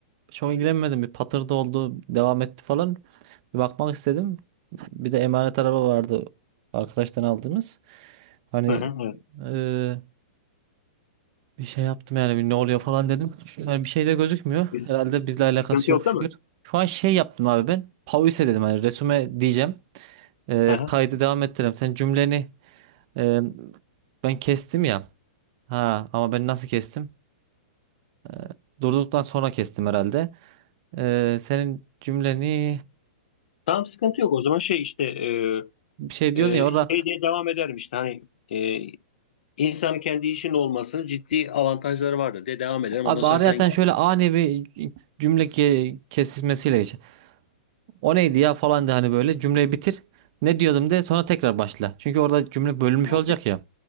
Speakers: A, on the right; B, on the left.
A: Çok ilgilenmedim. Bir patırdı oldu. Devam etti falan. Bir bakmak istedim. Bir de emanet araba vardı. Arkadaştan aldığımız. Hani
B: Hı hı, evet.
A: eee, bir şey yaptım yani bir ne oluyor falan dedim. Şu- Yani bir şey de gözükmüyor.
B: Biz,
A: Herhalde bizle alakası
B: sıkıntı yok
A: yok
B: değil
A: şükür.
B: mi?
A: Şu an şey yaptım abi ben. Pause dedim hani resume diyeceğim. Eee,
B: Hı hı.
A: kaydı devam ettireyim. Sen cümleni eee, ben kestim ya. Ha ama ben nasıl kestim? Eee, durduktan sonra kestim herhalde. Ee, senin cümleni
B: Tamam sıkıntı yok. O zaman şey işte e,
A: bir şey diyordun ya
B: e,
A: orada
B: şey diye devam ederim işte hani e, insanın kendi işinin olmasının ciddi avantajları vardır diye devam ederim.
A: abi
B: Ondan sonra
A: araya
B: sen
A: sen şöyle ani bir cümle ke- kesişmesiyle geç. O neydi ya falan de hani böyle cümleyi bitir. Ne diyordum de sonra tekrar başla. Çünkü orada cümle bölünmüş
B: okey
A: olacak ya.